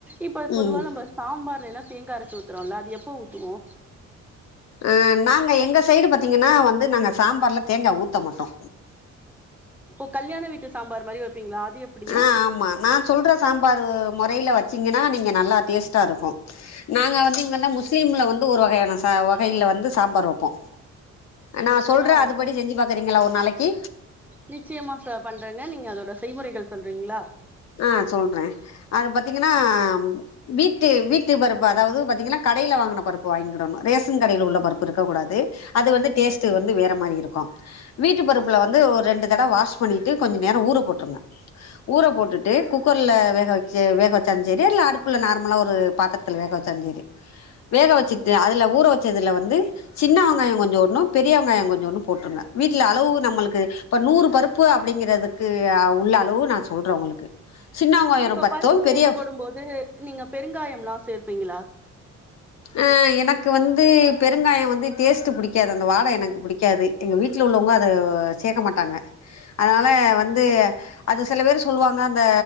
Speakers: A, in the centre; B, on the left (about 60°).
A: இப்ப பொதுவா
B: ம்
A: நம்ப சாம்பார்லேலா தேங்கா அரச்சு ஊத்துறோல அது எப்போ ஊத்துவோ
B: அ நாங்க எங்க சைடு பாத்தீங்கன்னா வந்து நாங்க சாம்பார்ல தேங்கா ஊத்த மாட்டோ
A: ஒ கல்யாண வீட்டு சாம்பார் மாரி வெப்பிங்ளா அது எப்டி
B: ஆ ஆமா நா சொல்ற சாம்பாரு மொறைல வச்சீங்கனா நீங்க நல்லா டேஸ்ட்டா இருக்கு நாங்க வந்து இங்கன்ன முஸ்லீம்ல வந்து ஒரு வகையான சா வகைல வந்து சாம்பார் வப்போ நா சொல்ற
A: ஆ
B: அது படி செஞ்சு பாக்குறீங்களா ஒரு நாளக்கி
A: நிச்சயமா செ பண்றேங்க நீங்க அதோட செய்முறைகள் சொல்றீங்ளா
B: ஆ சொல்ற அது பத்தீங்கன்னா வீட்டு வீட்டு பருப்பு அதாவது பாத்தீங்கன்னா கடைல வாங்குன பருப்பு வாங்கிக்கிடணு ரேஷன் கடைல உள்ள பருப்பு இருக்க கூடாது அது வந்து டேஸ்ட்டு வந்து வேற மாரி இருக்கு வீட்டு பருப்புல வந்து ஒரு ரெண்டு தடவ வாஷ் பண்ணிட்டு கொஞ்ச நேர ஊற போட்ருங்க ஊற போட்டுட் டு குக்கர்ல வேக வச்சு வேக வச்சாலு செரி இல்ல அடுப்புல நார்மலா ஒரு பாத்திரத்துல வேக வச்சாலு செரி வேக வச்சுட்டு அதுல ஊற வச்சதுல வந்து சின்ன வெங்காய கொஞ்ச உன்னு பெரிய வெங்காய கொஞ்சோன்டு போட்ருங்க வீட்ல அளவு நம்மளுக்கு இப்ப நூறு பருப்பு அப்டிங்கிறதுக்கு உள்ள அளவு நா சொல்ற உங்களுக்கு சின்ன வெங்காயம்
A: இப்ப
B: பத்தும்
A: பருப்பு
B: பெரிய
A: வேகப்போடு போது நீங்க பெருங்காயம் லா சேப்பீங்ளா
B: அ எனக்கு வந்து பெருங்காயோ வந்து டேஸ்ட்டு புடிக்காது அந்த வாட எனக்கு புடிக்காது எங்க வீட்ல உள்ளவங்க அத சேக்க மாட்டாங்க அதனால வந்து அது சில வேரு சொல்வாங்க அந்த